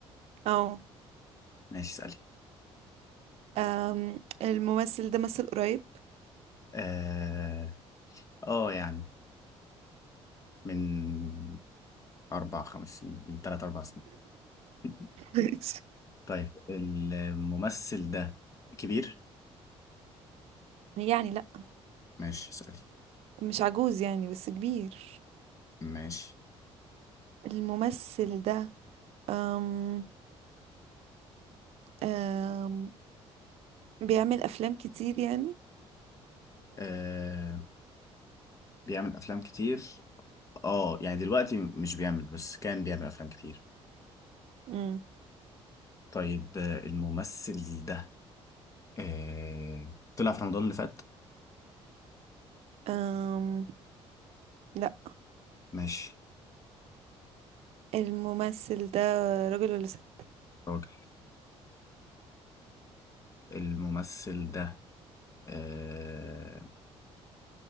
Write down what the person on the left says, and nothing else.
ماشي اسألي
اه آه، يعني من اربع خمس سنين من ثلاث اربع سنين <laughs>
طيب الممثل ده كبير
ماشي اسألي
ماشي
آه بيعمل افلام كتير اه يعني دلوقتي مش بيعمل بس كان بيعمل افلام كتير
طيب آه، الممثل ده آه طلع في رمضان اللي فات
ماشي
راجل الممثل ده آه